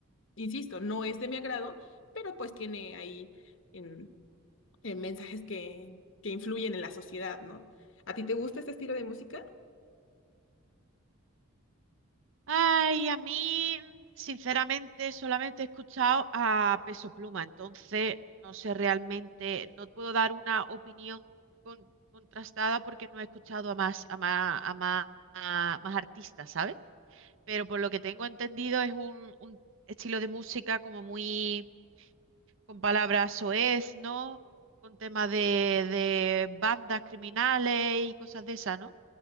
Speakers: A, on the left; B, on the right.
A: insisto, no es de mi agrado, pero pues tiene ahí em, em, mensajes que, que influyen en la sociedad, ¿no? ¿A ti te gusta este estilo de música?
B: Ay, a mí, sinceramente, solamente he escuchado a Peso Pluma, entonces no sé realmente, no puedo dar una opinión con- contrastada porque no he escuchado a más, a más, a más, a más artistas, ¿sabes? Pero por lo que tengo entendido es un, un estilo de música como muy con palabras soez, ¿no? Con temas de, de bandas criminales y cosas de esas, ¿no?